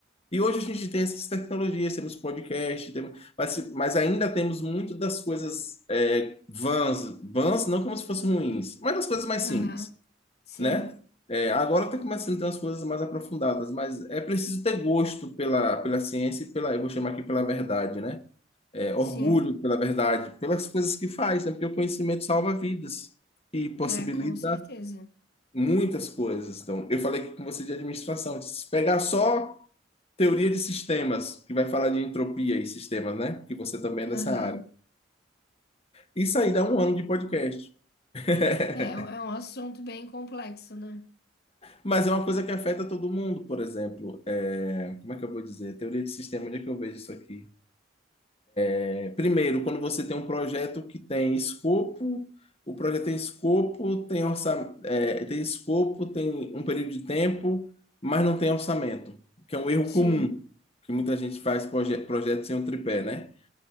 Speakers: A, on the left; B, on the left.
A: E hoje a gente tem essas tecnologias, temos podcast, temos, mas, se- mas ainda temos muito das coisas é, vãs, vãs não como se fossem ruins, mas das coisas mais
B: Aham,
A: simples.
B: Sim,
A: né? É, agora está começando a ter umas coisas mais aprofundadas, mas é preciso ter gosto pela, pela ciência e pela, eu vou chamar aqui pela verdade, né? É, orgulho
B: sim,
A: pela verdade, pelas coisas que faz, né? Porque o conhecimento salva vidas e possibilita
B: é, com certeza.
A: muitas coisas. Então, eu falei aqui com você de administração, se pegar só teoria de sistemas, que vai falar de entropia e sistemas, né? Que você também é
B: Aham.
A: dessa área. Isso aí dá um ano de podcast. <laughs>
B: É, é um assunto bem complexo, né?
A: Mas é uma coisa que afeta todo mundo, por exemplo. é, como é que eu vou dizer? Teoria de sistema, onde é que eu vejo isso aqui? É, primeiro, quando você tem um projeto que tem escopo, o projeto tem escopo, tem orçamento, tem escopo, tem um período de tempo, mas não tem orçamento, que é um erro
B: Sim,
A: comum, que muita gente faz proje projeto sem um tripé, né?